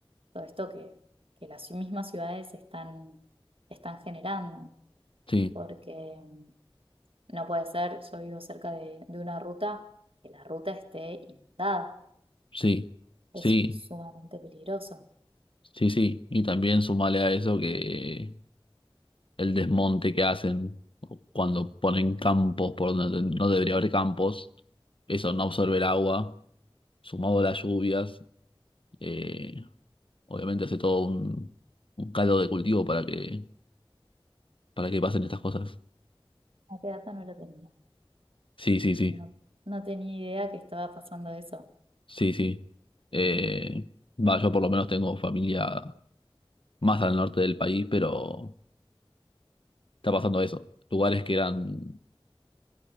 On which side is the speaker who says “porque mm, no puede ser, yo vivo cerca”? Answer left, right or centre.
Right